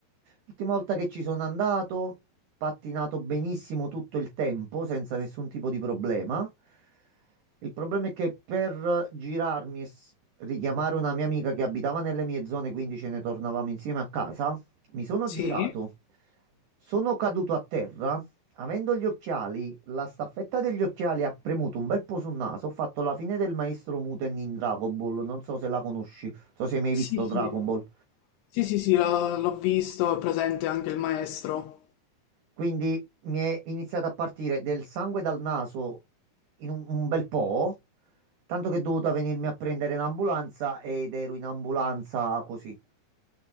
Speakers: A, on the right (about 85°); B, on the left (about 85°).
A: L'ultima volta che ci sono andato, pattinato benissimo tutto il tempo, senza nessun tipo di problema. Il problema è che per girarmi e s- richiamare una mia amica che abitava nelle mie zone, quindi ce ne tornavamo insieme a casa, mi sono
B: Sì.
A: girato. Sono caduto a terra Avendo gli occhiali, la staffetta degli occhiali ha premuto un bel po' sul naso. Ho fatto la fine del maestro Muten in Dragon Ball. Non so se la conosci, non so se mi hai
B: Sì,
A: mai visto
B: sì.
A: Dragon Ball.
B: Sì, sì, sì, l'ho l'ho visto, è presente anche il maestro.
A: Quindi mi è iniziato a partire del sangue dal naso in un, un bel po', tanto che è dovuta venirmi a prendere in ambulanza ed ero in ambulanza così,